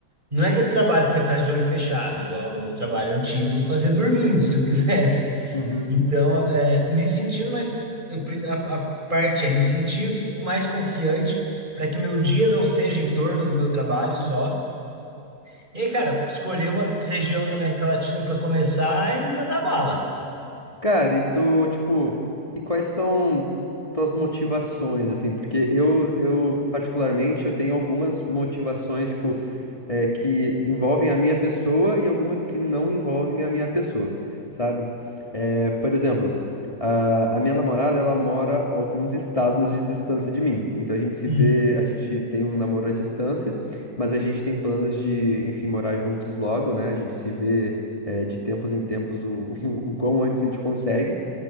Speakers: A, on the right; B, on the left.
A: não é aquele trabalho que você faz de olho fechado, igual o meu trabalho antigo, eu fazia dormindo, se eu <laughs> quisesse.
B: uhum.
A: Então, é, me sentindo mais. eu prim- A, a parte é me sentir mais confiante para que o meu dia não seja em torno do meu trabalho só. E aí, cara, escolher uma região da América Latina para começar e mandar bala.
B: Cara, e tu, tipo, e quais são tuas motivações, assim? Porque eu, eu particularmente, eu tenho algumas motivações, tipo, é, que envolvem a minha pessoa e algumas que não envolvem a minha pessoa, sabe? É, por exemplo, a, a minha namorada, ela mora a alguns estados de distância de mim. Então a gente se
A: Uhum,
B: vê, a gente tem um namoro à distância, mas a gente tem planos de, enfim, morar juntos logo, né? A gente se vê é, de tempos em tempos o, <laughs> o quão antes a gente consegue.